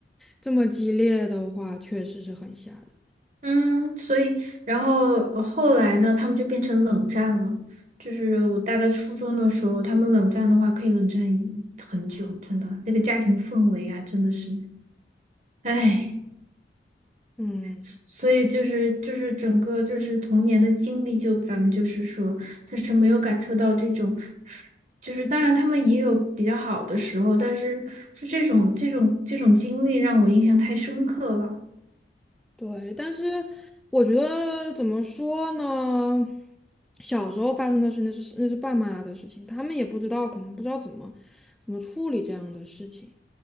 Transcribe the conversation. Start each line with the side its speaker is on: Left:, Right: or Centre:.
Centre: 这么激烈的话，确实是很吓人。
Right: 嗯，所以然后呃后来呢，他们就变成冷战了。就是我大概初中的时候，他们冷战的话，可以冷战一很久，真的那个家庭氛围啊，真的是，唉。
Centre: 嗯。
Right: 所以就是就是整个就是童年的经历，就咱们就是说，就是没有感受到这种，就是当然他们也有比较好的时候，但是就这种这种这种经历让我印象太深刻了。
Centre: 对，但是我觉得怎么说呢？小时候发生的事，那是那是爸妈的事情，他们也不知道，可能不知道怎么怎么处理这样的事情。